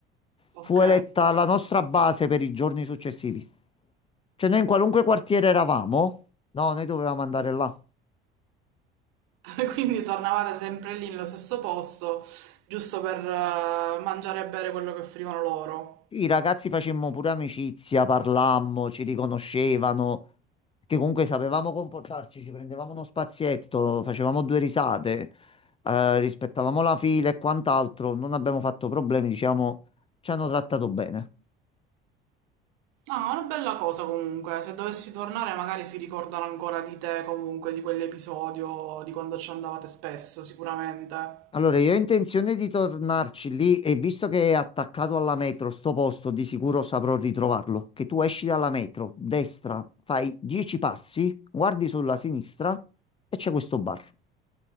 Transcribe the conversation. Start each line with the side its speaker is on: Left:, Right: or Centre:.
Right: ok.
Left: Fu eletta la nostra base per i giorni successivi. Cioè, noi in qualunque quartiere eravamo, no, noi dovevamo andare là.
Right: <laughs> Quindi tornavate sempre lì nello stesso posto, giusto per eh, mangiare e bere quello che offrivano loro.
Left: I ragazzi facemmo pure amicizia, parlammo, ci riconoscevano, che comunque sapevamo comportarci, ci prendevamo uno spazietto, facevamo due risate, eh, rispettavamo la fila e quant'altro, non abbiamo fatto problemi, diciamo, ci hanno trattato bene.
Right: Ah, una bella cosa comunque. Se dovessi tornare, magari si ricordano ancora di te, comunque, di quell'episodio, di quando ci andavate spesso, sicuramente.
Left: Allora, io ho intenzione di tornarci lì e visto che è attaccato alla metro, sto posto, di sicuro saprò ritrovarlo. Che tu esci dalla metro, destra, fai 10 passi, guardi sulla sinistra e c'è questo bar.